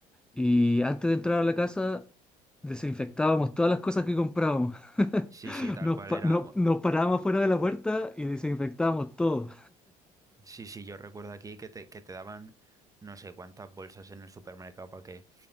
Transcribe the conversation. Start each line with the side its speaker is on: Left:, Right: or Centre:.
Centre: y antes de entrar a la casa desinfectábamos todas las cosas que comprábamos. <laughs>
Right: Sí, sí, tal
Centre: Nos,
Right: cual
Centre: pa-
Right: era.
Centre: no- nos parábamos fuera de la puerta y desinfectábamos todo.
Right: Sí, sí, yo recuerdo aquí que te, que te daban no sé cuántas bolsas en el supermercado para que